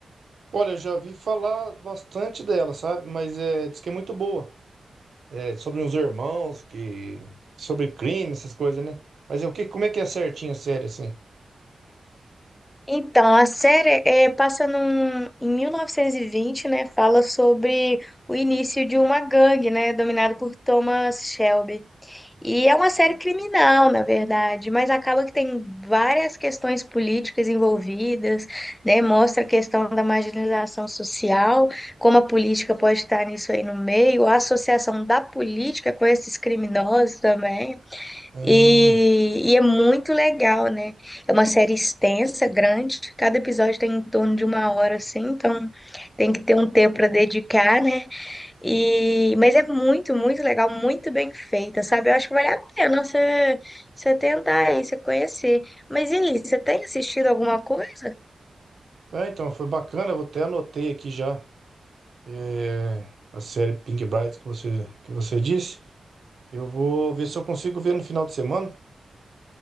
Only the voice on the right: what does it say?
Olha, eu já vi falar bastante dela, sabe? Mas é, diz que é muito boa. É sobre uns irmãos que sobre crime, essas coisas, né? Mas é o que, como é que é certinho a série assim?
Hum,
é, então foi bacana, eu até anotei aqui já é, a série Pink Brides que você que você disse. Eu vou ver se eu consigo ver no final de semana,